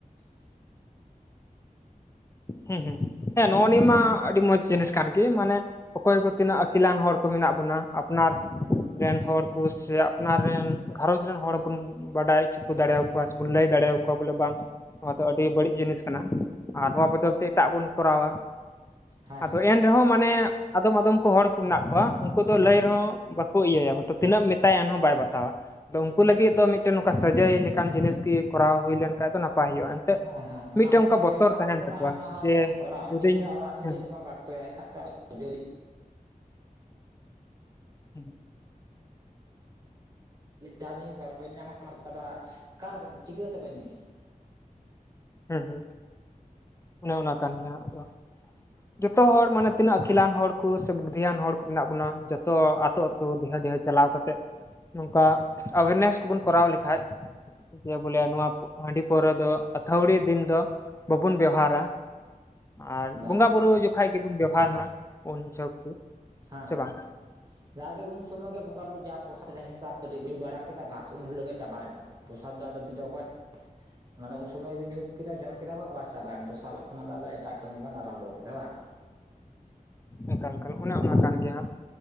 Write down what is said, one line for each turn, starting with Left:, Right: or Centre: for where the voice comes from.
Right: <inaudible>
Left: ᱦᱩᱸᱻᱦᱩᱸᱻ ᱱᱚᱜᱼᱚ ᱱᱤᱭᱟᱹ ᱢᱟ ᱟᱹᱰᱤ ᱢᱚᱸᱡᱽ ᱡᱤᱱᱤᱥ ᱠᱟᱱ ᱜᱮ ᱢᱟᱱᱮ ᱚᱠᱚᱭ ᱠᱚ ᱛᱤᱱᱟᱹᱜ ᱟᱹᱠᱤᱞᱟᱱ ᱦᱚᱲ ᱠᱚ ᱢᱮᱱᱟᱜ ᱵᱚᱱᱟ ᱟᱯᱱᱟᱨ ᱨᱮᱱ ᱦᱚᱲ ᱠᱚ ᱥᱮ ᱟᱯᱱᱟᱨ ᱨᱮᱱ ᱜᱷᱟᱨᱚᱸᱪ ᱨᱮᱱ ᱦᱚᱲ ᱵᱚᱱ ᱵᱟᱰᱟᱭ ᱦᱚᱪᱚ ᱠᱚ ᱫᱟᱲᱮᱭᱟᱠᱚᱣᱟ ᱥᱮᱵᱚᱱ ᱞᱟᱹᱭ ᱫᱟᱲᱮᱭᱟᱠᱚᱣᱟ ᱵᱚᱞᱮ ᱵᱟᱝ ᱱᱚᱣᱟ ᱫᱚ ᱟᱹᱰᱤ ᱵᱟᱹᱲᱤᱡ ᱡᱤᱱᱤᱥ ᱠᱟᱱᱟ ᱟᱨ ᱱᱚᱣᱟ ᱵᱚᱫᱚᱞ ᱛᱮ ᱮᱴᱟᱜ ᱵᱚᱱ ᱠᱚᱨᱟᱣᱟ
Right: ᱦᱮᱸ
Left: ᱟᱫᱚ
Right: ᱛᱚ
Left: ᱮᱱ ᱨᱮᱦᱚᱸ ᱢᱟᱱᱮ ᱟᱫᱚᱢ ᱟᱫᱚᱢ ᱠᱚ ᱦᱚᱲ ᱠᱚ ᱢᱮᱱᱟᱜ ᱠᱚᱣᱟ ᱩᱱᱠᱩ ᱫᱚ ᱞᱟᱹᱭ ᱨᱮᱦᱚᱸ ᱵᱟᱠᱚ ᱤᱭᱟᱹᱭᱟ ᱛᱤᱱᱟᱹᱜ ᱮᱢ ᱢᱮᱛᱟᱭᱟ ᱮᱱᱦᱚᱸ ᱵᱟᱭ ᱵᱟᱛᱟᱣᱟ ᱟᱫᱚ ᱩᱱᱠᱩ ᱞᱟᱹᱜᱤᱫ ᱫᱚ ᱢᱤᱫᱴᱮᱱ ᱱᱚᱝᱠᱟ ᱥᱟᱹᱡᱟᱹᱭ ᱞᱮᱠᱟᱱ ᱡᱤᱱᱤᱥ ᱜᱮ ᱠᱚᱨᱟᱣ ᱦᱩᱭ ᱞᱮᱱᱠᱷᱟᱱ ᱫᱚ ᱱᱟᱯᱟᱭ ᱦᱩᱭᱩᱜᱼᱟ ᱮᱱᱛᱮᱫ
Right: ᱦᱮᱸ ᱦᱮᱸ ᱚᱱᱟ
Left: ᱢᱤᱫᱴᱮᱱ
Right: ᱦᱚᱸᱠᱚ
Left: ᱚᱱᱠᱟ
Right: ᱦᱮᱸ
Left: ᱵᱚᱛᱚᱨ
Right: ᱚᱱᱟ
Left: ᱛᱟᱦᱮᱱ
Right: ᱠᱚ ᱠᱚᱨᱟᱜ-ᱟ
Left: ᱛᱟᱠᱚᱣᱟ
Right: ᱱᱚᱣᱟ ᱦᱚᱸ
Left: ᱡᱮ
Right: ᱚᱲᱟᱜ
Left: ᱡᱩᱫᱤᱧ
Right: ᱱᱤᱡᱮᱨᱟᱜ ᱚᱲᱟᱜ ᱱᱤᱡᱮ
Left: ᱦᱮᱸ
Right: ᱛᱮ <unintelligible> <unintelligible>
Left: ᱦᱮᱸ
Right: ᱡᱟᱦᱟᱸ ᱡᱤᱱᱤᱥ ᱵᱟᱵᱮᱱ ᱧᱟᱢᱟ ᱚᱱᱟ ᱚᱠᱟᱨᱮᱵᱮᱱ ᱪᱤᱠᱟᱹ ᱛᱮᱵᱮᱱ ᱧᱩᱭᱟ
Left: ᱦᱩᱸ ᱦᱩᱸ ᱚᱱᱮ ᱚᱱᱟ ᱠᱟᱱ ᱜᱮᱭᱟ ᱟᱫᱚ
Right: <unintelligible>
Left: ᱡᱚᱛᱚ ᱦᱚᱲ ᱢᱟᱱᱮ ᱛᱤᱱᱟᱹᱜ ᱟᱹᱠᱤᱞᱟᱱ ᱦᱚᱲ ᱠᱚ ᱥᱮ ᱵᱩᱫᱽᱫᱷᱤᱭᱟᱱ ᱦᱚᱲ ᱠᱚ ᱢᱮᱱᱟᱜ ᱵᱚᱱᱟ ᱡᱚᱛᱚ ᱟᱛᱳ ᱛᱚ ᱰᱷᱮᱨ ᱰᱷᱮᱨ ᱪᱟᱞᱟᱣ ᱠᱟᱛᱮᱫ ᱱᱚᱝᱠᱟ ᱟᱵᱤᱱᱮᱥ ᱠᱚᱵᱚᱱ ᱠᱚᱨᱟᱣ ᱞᱮᱠᱷᱟᱡ ᱦᱮ ᱵᱚᱞᱮ ᱱᱚᱣᱟ ᱦᱟᱺᱰᱤ ᱯᱟᱹᱣᱨᱟᱹ ᱫᱚ ᱟᱹᱛᱷᱟᱣᱲᱤ ᱫᱤᱱ ᱫᱚ ᱵᱟᱵᱩᱱ ᱵᱮᱣᱦᱟᱨ ᱟᱨ
Right: ᱵᱟᱝ
Left: ᱵᱚᱸᱜᱟ ᱵᱩᱨᱩ ᱡᱚᱠᱷᱚᱱ ᱜᱮᱵᱚᱱ ᱵᱮᱣᱦᱟᱨ ᱢᱟ ᱩᱱ ᱡᱚᱦᱚᱜ ᱜᱮ
Right: ᱦᱟᱸᱻᱦᱟᱸᱻ
Left: ᱥᱮ ᱵᱟᱝ
Right: ᱡᱟᱜᱮ ᱩᱱ ᱥᱚᱢᱚᱭ ᱜᱮ ᱵᱚᱸᱜᱟ ᱵᱩᱨᱩᱳ ᱡᱟᱦᱟᱸ ᱯᱳᱥᱟᱫ ᱨᱮ ᱦᱮᱥᱟᱛ ᱠᱟᱹᱴᱤᱡ ᱧᱩ ᱵᱟᱲᱟ ᱠᱮᱫᱟ ᱵᱟᱥ ᱩᱱ ᱦᱤᱞᱳᱜ ᱜᱮ ᱪᱟᱵᱟᱭᱱᱟ ᱛᱚ ᱯᱨᱚᱥᱟᱫᱽ <inaudible> ᱚᱱᱟᱫᱚ ᱩᱱ ᱥᱚᱢᱚᱭ ᱵᱮ ᱧᱩᱛ ᱠᱮᱫᱟ ᱡᱚᱢ ᱢᱟᱱᱮ ᱩᱱ ᱥᱚᱢᱚᱭ ᱧᱩ ᱠᱮᱫᱟ ᱡᱚᱢ ᱠᱮᱫᱟᱵᱤᱱ ᱵᱟᱝ ᱵᱟᱥ ᱪᱟᱵᱟᱜᱼᱟ ᱫᱚᱥᱟᱨ ᱦᱤᱞᱟᱜ ᱠᱷᱚᱱᱟᱜ ᱫᱚ ᱟᱫᱚ ᱮᱴᱟᱜ ᱠᱟᱹᱢᱤ ᱵᱮᱱ ᱟᱨᱟᱢᱵᱚ ᱠᱮᱫᱟ ᱵᱟᱝ
Left: ᱮᱠᱟᱞ ᱮᱠᱟᱞ ᱚᱱᱮ ᱚᱱᱟ ᱠᱟᱱ ᱜᱮᱭᱟ ᱦᱟᱜ